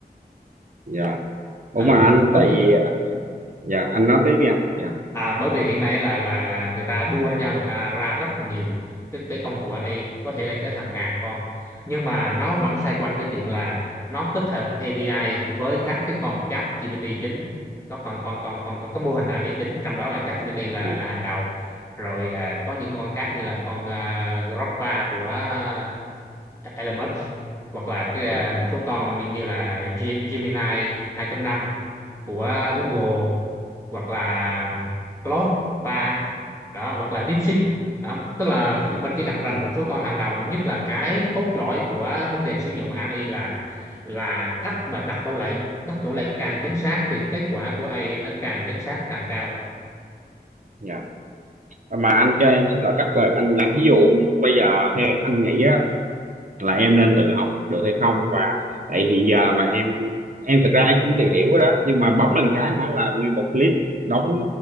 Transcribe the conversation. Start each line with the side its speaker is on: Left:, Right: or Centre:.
Right: dạ ủa
Left: ừ.
Right: mà anh
Left: bởi
Right: tại
Left: vì
Right: vì dạ anh nói tiếp đi anh dạ
Left: À, bởi vì hiện nay là là là người ta đua với nhau người ta ra rất là nhiều cái, cái công cụ AI có thể lên tới hàng ngàn con nhưng mà nó vẫn xoay quanh cái chuyện là nó tích hợp API với các cái con chat GPT chính có còn còn còn còn có cái mô hình AI chính trong đó là chat GPT là
Right: ừ,
Left: là hàng đầu rồi à, có những con khác như là con uh, Grokpa của à, Elements hoặc là cái
Right: dạ
Left: à, một số con như là G- Gemini 2.5 của Google
Right: dạ
Left: hoặc là Claude 3 đó hoặc là DeepSeek đó. Tức là
Right: dạ
Left: mình chỉ cần rành một số con hàng đầu mà nhất là cái cốt lõi của vấn đề sử dụng AI là là cách mà đặt câu lệnh đặt câu lệnh càng chính xác thì kết quả của AI nó càng chính xác càng cao
Right: dạ. À, mà anh cho em xin lỗi cắt lời anh là ví dụ bây giờ theo anh nghĩ á là em nên tự học được hay không và tại hiện giờ mà em em thực ra em cũng tìm hiểu đó nhưng mà bấm lên cái hả là nguyên một clip đóng